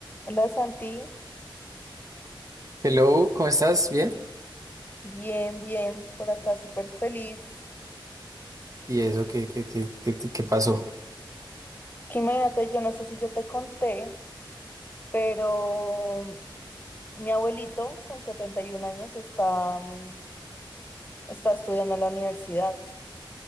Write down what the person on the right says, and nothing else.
Hello, ¿cómo estás? ¿Bien?
¿Y eso qué, qué, qué, qué, qué pasó?